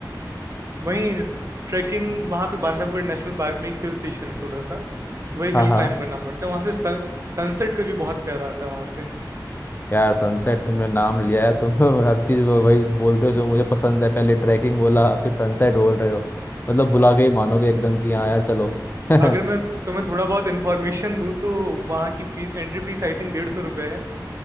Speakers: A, on the right; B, on the left.
A: वहीं ट्रैकिंग वहाँ पे बांधवगढ़ नेशनल पार्क में एक हिल स्टेशन है छोटा सा तो वही
B: हाँ
A: हिल
B: हाँ
A: क्लाइंब करना पड़ता है वहाँ से सन, सनसेट का व्यू बहुत प्यारा आता है वहाँ से
B: यार सनसेट तुमने नाम लिया है तुम <laughs> हर चीज़ वो वही बोल रहे हो जो मुझे पसंद है पहले ट्रैकिंग बोला फिर सनसेट बोल रहे हो मतलब बुला के ही मानोगे एकदम कि हाँ यार चलो <laughs>
A: अगर मैं तुम्हें थोड़ा बहुत इन्फॉर्मेशन दूँ तो वहाँ की fees entry fees I think डेढ़ सौ रुपये है